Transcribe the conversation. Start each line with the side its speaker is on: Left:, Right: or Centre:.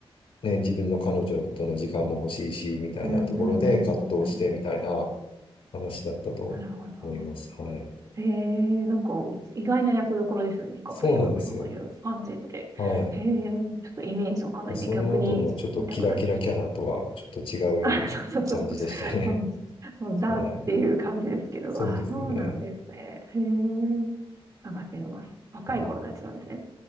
Left: ね、自分の彼女との時間も欲しいし、みたいなところで葛藤してみたいな
Right: うん、うん、うん、うん、うん。
Left: 話だったと思います。
Right: なるほど。
Left: はい。
Right: ええなんか意外な役どころですね、ディカプリオがそういう感じって。
Left: そうなんですよ。はい。
Right: ええちょっとイメージわかんないんで逆に見たくなりました。
Left: まあその後のちょっとキラキラキャラとはちょっと違うような感じでしたね。
Right: <laughs> そうそうそう。その、そのザっていう感じですけど、
Left: <laughs> はい。そうですね。
Right: あ、そうなんですね。へえ探してみます。若い頃のやつなんですね。
Left: うん